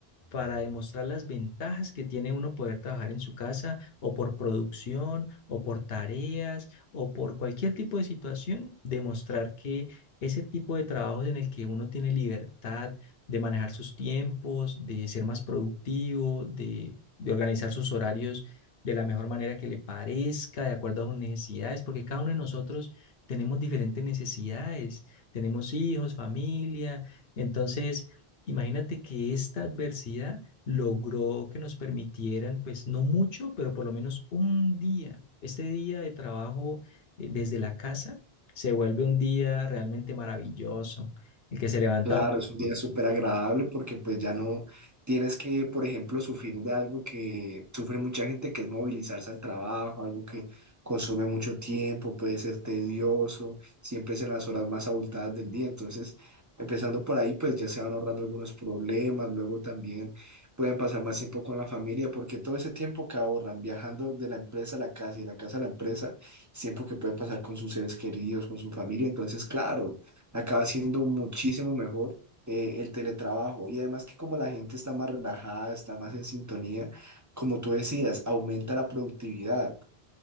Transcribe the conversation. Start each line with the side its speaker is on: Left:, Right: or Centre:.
Left: para demostrar las ventajas que tiene uno poder trabajar en su casa o por producción o por tareas o por cualquier tipo de situación, demostrar que ese tipo de trabajos en el que uno tiene libertad de manejar sus tiempos, de ser más productivo, de, de organizar sus horarios de la mejor manera que le parezca, de acuerdo a sus necesidades, porque cada uno de nosotros tenemos diferentes necesidades, tenemos hijos, familia, entonces imagínate que esta adversidad logró que nos permitieran, pues no mucho, pero por lo menos un día, este día de trabajo eh, desde la casa, se vuelve un día realmente maravilloso. El que se levanta
Right: Claro, es un día súper agradable porque pues ya no tienes que, por ejemplo, sufrir de algo que sufre mucha gente, que es movilizarse al trabajo, algo que consume mucho tiempo, puede ser tedioso, siempre es en las horas más abultadas del día. Entonces, empezando por ahí, pues ya se van ahorrando algunos problemas, luego también pueden pasar más tiempo con la familia, porque todo ese tiempo que ahorran viajando de la empresa a la casa y de la casa a la empresa, es tiempo que pueden pasar con sus seres queridos, con su familia. Entonces, claro acaba siendo muchísimo mejor eh, el teletrabajo. Y además que como la gente está más relajada, está más en sintonía, como tú decías, aumenta la productividad.